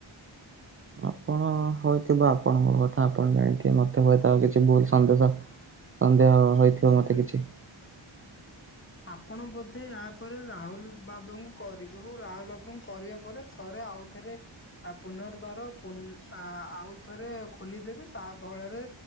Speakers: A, on the right (about 30°); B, on the left (about 25°).
A: ଆପଣ ହୋଇଥିବ ଆପଣଙ୍କ କଥା ଆପଣ ଜାଣିଥିବେ ମତେ ହୁଏତ କିଛି ଭୁଲ ସନ୍ଦେଶ ସନ୍ଦେହ ହୋଇଥିବ ମତେ କିଛି
B: ଆପଣ ବୋଧେ ଏହାପରେ ରାହୁଲ ବାବୁଙ୍କୁ କରିବେ ହଉ ରାହୁଲ ବାବୁଙ୍କୁ କରିବା ପରେ ଥରେ ଆଉ ଏଥିରେ ଆ ପୁନର୍ବାର ପୁ ଆ ଆଉଥରେ ଖୋଲିଦେବି ତା ଫଳରେ